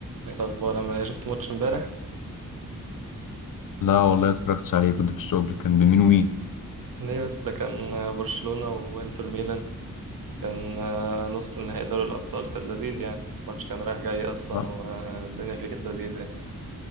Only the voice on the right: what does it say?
إيه الأخبار عامل إيه شفت ماتش امبارح
ليه بس ده كان آه، برشلونة وإنتر ميلان كان آه، نص نهائي دوري الأبطال كان لذيذ يعني الماتش كان رايح جاي أصلا
والدنيا فيه كانت لذيذة يعني